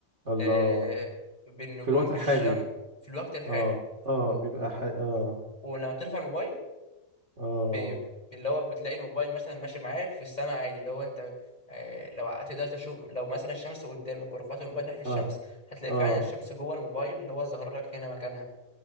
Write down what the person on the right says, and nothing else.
الله
في الوقت
الحالي
اه اه
بيبقى ح...
اه
اه
اه
اه